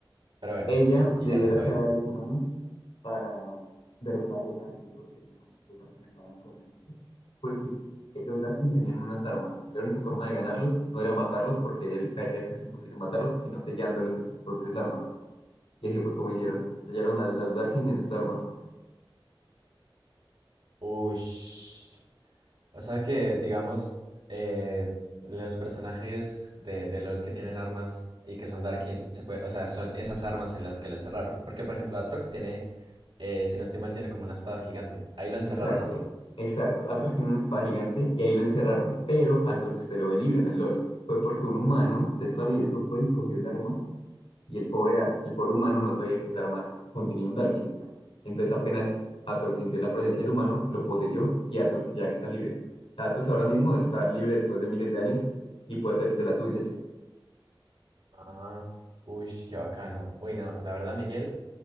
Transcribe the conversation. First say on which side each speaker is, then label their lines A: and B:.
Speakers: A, on the right; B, on the left.
A: Pero bueno,
B: Ella
A: ¿y
B: le
A: qué
B: dio
A: hace
B: la
A: Zoe?
B: clave a los humanos para um, derrotar a los Darkin, porque si no, los Darkin acababan con el mundo. Fue que eh, los Darkin tenían unas armas y la única forma de ganarlos no era matarlos, porque era, ca- era casi imposible matarlos, sino sellándolos en sus propias armas. Y así fue como hicieron. Sellaron al- a los Darkin en sus armas.
A: Ush. O sea que, digamos, eh, los personajes de, de LOL que tienen armas y que son Darkin, se puede, o sea, son esas armas en las que lo encerraron. Porque, por ejemplo, Atrox tiene, eh, si no estoy mal, tiene como una espada gigante. ¿Ahí lo encerraron
B: Exacto,
A: o qué?
B: exacto. Atrox tiene una espada gigante y ahí lo encerraron, pero Atrox te lo ve libre en el LOL. Fue porque un humano de travieso fue y cogió el arma y el pobre, At- el pobre humano no sabía que esa arma contenía un Darkin. Entonces apenas Atrox sintió la presencia del humano, lo poseyó y Atrox ya está libre. Atrox ahora mismo está libre después de miles de años y puede ser de las suyas.
A: Ah, uy, qué bacano. Uy, no, la verdad, Miguel,